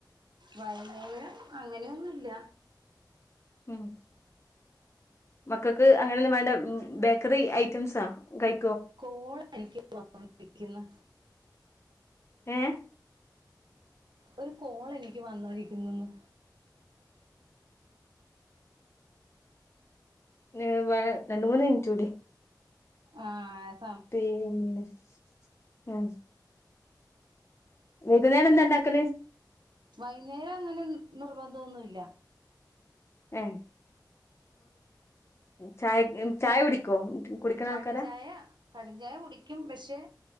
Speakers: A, on the right; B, on the left.
A: വയമേല് അങ്ങനെയൊന്നുംല്ല
B: ഉം മക്കൾക്ക് അങ്ങനെന്നും വേണ്ട ബേക്കറി ഐറ്റംസാ കഴി
A: കോള് എനിക്ക്ണ്ടിരിക്കുന്നു
B: ഏ
A: ഒരു കോൾ എനിക്ക് വന്നോണ്ടിരിക്കുന്നെന്ന്‌
B: ഏ വ രണ്ട് മൂന്ന് മിനിറ്റൂടി
A: ആഹ്
B: <unintelligible>
A: സ്
B: വൈകുന്നേരം എന്താ ഉണ്ടാക്കല്
A: വൈകുന്നേരം അങ്ങനെ നിർബന്ധമൊന്നുമില്ല
B: ഏ ചായ ചായ കുടിക്കോ കുടിക്കണ
A: കടിഞ്ചായ
B: ആൾക്കാരാ
A: കടിഞ്ചായ കുടിക്ക് ക്കും പക്ഷെ